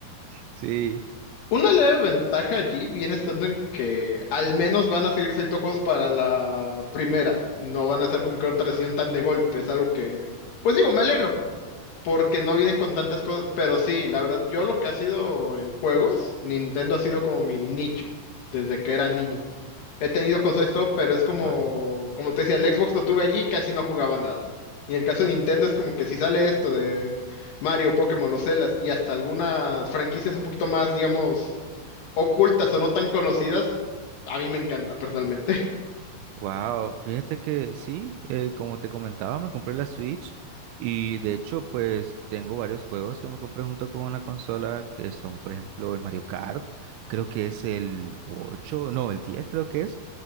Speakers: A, on the right; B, on the left.
A: Sí.
B: Una leve ventaja allí viene estando en que al menos van a seguir siendo juegos para la primera. No van a ser como que una transición tan de golpe. Es algo que, pues digo, me alegro porque no vienen con tantas cosas. Pero sí, la verdad, yo lo que ha sido en juegos, Nintendo ha sido como mi nicho desde que era niño. He tenido consolas y todo, pero es como,
A: Wow.
B: como te decía, el Xbox lo tuve allí y casi no jugaba nada. Y en el caso de Nintendo es como que si sale esto de Mario, Pokémon, los Zeldas y hasta algunas franquicias un poquito más, digamos, ocultas o no tan conocidas, a mí me encanta personalmente. <laughs>
A: Wow, fíjate que sí, eh, como te comentaba, me compré la Switch y de hecho pues tengo varios juegos que me compré junto con la consola que son por ejemplo el Mario Kart, creo que es el 8, no, el 10, creo que es,